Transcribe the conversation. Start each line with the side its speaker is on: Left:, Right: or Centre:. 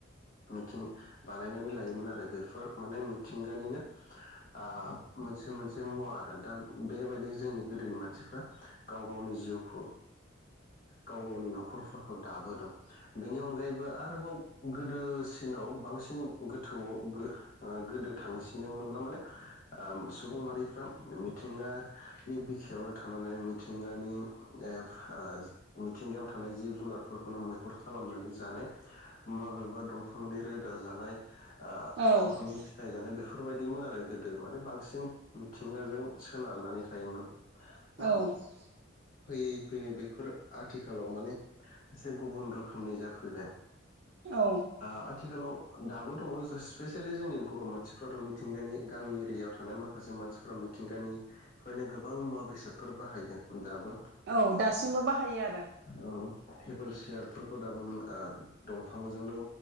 Left: मिथिं बानायनानै लायोमोन आरो। बेफोर माने मिथिंगानिनो ओ मोनसे मोनसे मुवा आरो दा बेबायदि जोंनि गोदोनि मानसिफ्रा गाव गावनि जिउखौ ओ गाव गावनि नखरफोरखौ दाबोदों। बेनि अनगायैबो आरोबाव गोदोसिनाव बांसिन गोथौआव गो-गोदो थांसिनोमोनब्ला माने ओ सुबुं माहारिफ्रा मिथिंगानि बिखायावनो थानानै मिथिंगानि ओ आ मिथिंगायाव थानाय जिब जुनारफोरखौनो मैहुर खालामनानै जानाय माबेबा दंफांनि रोदा जानाय
Right: औ
Left: दंफांनि फिथाइ जानाय बेफोरबायदिमोन आरो गोदो माने बांसिन मिथिंगाजों सोनारनानै थायोमोन दा
Right: औ
Left: फैयै फैयै बेफोर आथिखालाव माने एसे गुबुन रोखोमनि जाफैबाय। आ
Right: औ
Left: आथिखालाव दाबो दङ जास स्‍पेशलि जोंनि बर' मानसिफ्राथ' मिथिंगानि गामि एरियायाव थानाय माखासे मानसिफ्रा मिथिंगानिफ्रायनो गोबां मुवा बेसादफोर बाहायगोन उम। गाब' ह
Right: औ दासिमबो बाहायो आरो
Left: औ। टेबोल चयारफोरखौ दाबोनो आ दंफांजोंनो